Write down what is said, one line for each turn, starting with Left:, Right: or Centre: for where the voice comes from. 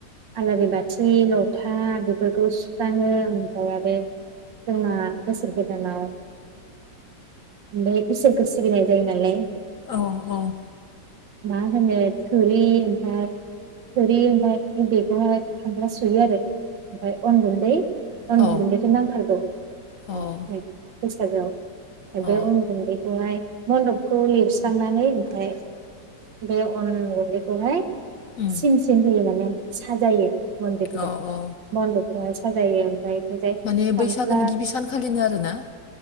Right: आलारि बाथि लथा बेफोरखौ सुस्राङो ओमफ्राय आरो जोंना बोसोर गोदानाव बे इसोरखौ सिबिनाय जायो नालाय।
Left: औ औ।
Right: माहोनो थुरि ओमफ्राय थुरि ओमफ्राय उन्दखौहाय खांग्रा सुयो आरो ओमफ्फ्राय अन गुन्दै। उननि
Left: औ
Right: गुन्दैखौ नांथारगौ।
Left: औ
Right: हाजौ एब
Left: अ
Right: बुन्दैखौ हाय। मन्दपखौ लिरस्रांनानै ओमफ्राय बेयाव अन गुन्दैखौहाय
Left: उम
Right: सिम सिन होयो माने साजायो। बन्दखौ
Left: अ औ
Right: मन्दप ब साजायो ओमफ्राय। खांख्ला
Left: माने बैसागोनि गिबि सानखालिनो आरोना